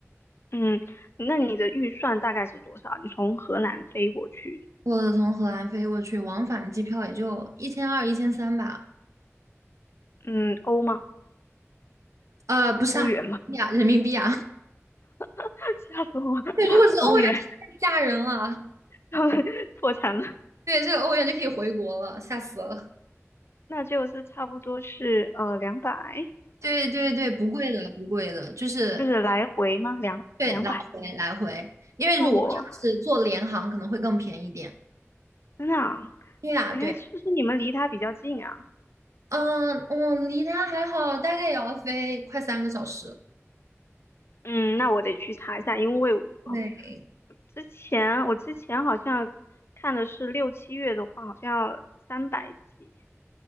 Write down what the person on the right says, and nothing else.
我从荷兰飞过去，往返机票也就一千二、一千三吧，
呃，不是啊，
呀，人民币啊，
<laughs> 对，
如果是欧元，
太吓人了，
对，这个欧元就可以回国了，吓死了。
对对对，不贵的，不贵的，就是
对，来回来回，因为如果你要是坐联航，
可能会更便宜点。
对呀，
对，
嗯，我离它还好，大概也要飞快三个小时。
对，